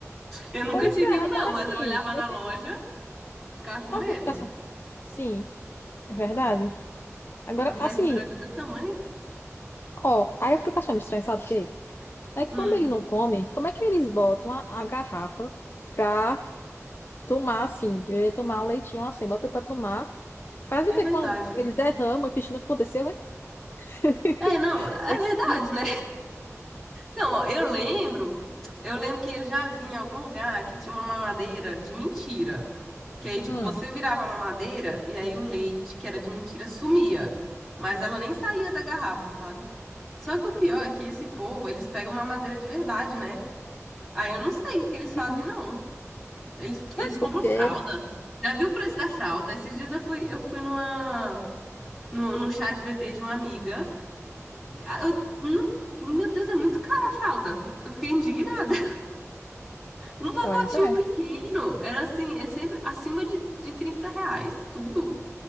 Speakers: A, in the centre; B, on the left.
A: Eu nunca
B: pois
A: tive
B: é,
A: um,
B: agora
A: não, mas
B: sim,
A: eu olhava
B: eu
A: na
B: fico,
A: loja, ficava com
B: sabe,
A: medo.
B: eu fico assim, sim, é verdade. Agora,
A: Aquele boneco
B: assim,
A: grande do meu tamanho.
B: ó, aí eu fico achando estranho, sabe o quê? Aí, como
A: Hum,
B: ele não come, como é que eles botam a, a garrafa pra tomar assim? Eu ia tomar um leitinho assim, bota pra tomar. Faz
A: é
B: o que
A: verdade,
B: quando ele
A: né?
B: derrama, o que não aconteceu? é? <laughs>
A: É, não, é
B: Esse...
A: verdade, né? Não, ó, eu lembro, eu lembro que eu já vi em algum lugar que tinha uma mamadeira de mentira. Que aí, tipo,
B: Hum,
A: você virava a mamadeira e aí o leite, que era de mentira, sumia. Mas ela nem saía da garrafa, sabe? Só que o pior é que esse povo, eles pegam mamadeira de verdade, né? Aí eu não sei o que eles fazem,
B: sim.
A: não. Eles, eles
B: É
A: compram
B: porque.
A: fralda. Já viu o preço da fralda? Esses dias eu fui, eu fui numa, no num chá de bebê de uma amiga. Ah, Eu, não- meu Deus, é muito cara a fralda. Eu fiquei indignada. Um pacotinho
B: Pois é.
A: pequeno era assim, é sempre acima de, de 30 reais, tudo.